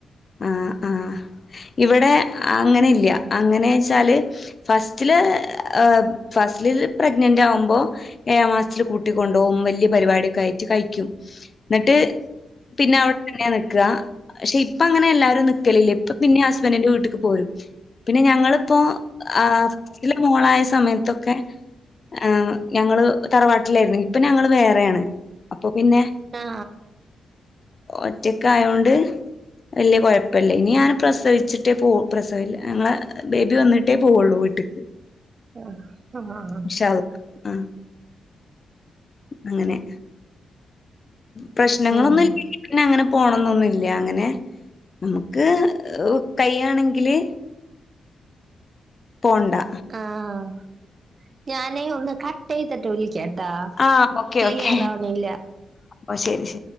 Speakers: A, on the left (about 35°); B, on the right (about 40°).
A: ആഹ് ആഹ്. ഇവിടെ അങ്ങനെ ഇല്ല്യ. അങ്ങനേച്ചാല് ഫസ്റ്റ്ല് ഏ ഫസ്റ്റിൽ പ്രഗ്നന്റാവുമ്പൊ ഏയാം മാസത്തില് കൂട്ടിക്കൊണ്ടോവും, വല്യ പരിപാടിയൊക്കെ ആയിട്ട് കഴിക്കും. ഇന്ന്ട്ട് പിന്നവ്ടെത്തന്നാ നിക്കാ, പക്ഷെ ഇ ഇപ്പങ്ങനെ എല്ലാരും നിക്കലില്ല. ഇപ്പ പിന്നിം ഹസ്ബന്റിന്റെ വീട്ട്ക്ക് പോരും. പിന്നെ ഞങ്ങള്പ്പോ ആ ഫസ്റ്റ്ല് മോളായ സമയത്തൊക്കെ ആഹ് ഞങ്ങള് തറവാട്ടിലേര്ന്ന്. ഇപ്പൊ ഞങ്ങള് വേറേണ്. അപ്പൊ പിന്നെ,
B: ആ
A: ഒറ്റക്കായോണ്ട് വല്ല്യ കൊഴപ്പല്ല. ഇനി ഞാൻ പ്രസവിച്ചിട്ടേ പോവു, പ്രസവില്ല ഞങ്ങളെ ബേബി വന്നീട്ടേ പോവൊള്ളു വീട്ട്ക്ക്.
B: ആഹ് അ ആഹ്
A: ഇൻഷാ അള്ളാ ആഹ് അങ്ങനെ പ്രശ്നങ്ങളൊന്നും
B: ഉം
A: ഇല്ലെങ്കി - പിന്നെ അങ്ങനെ പോണംന്നൊന്നുല്ല അങ്ങനെ നമുക്ക് കൈയ്യാണെങ്കില്- പോണ്ട
B: ആഹ് ഞാനേ ഒന്ന് കട്ട് ചെയ്തിട്ട് വിളിക്കാട്ടോ?
A: ആഹ് ഓക്കെ
B: ക്ലിയർ
A: ഓക്കെ
B: ആവണില്ല.
A: ഓഹ് ശരി ശരി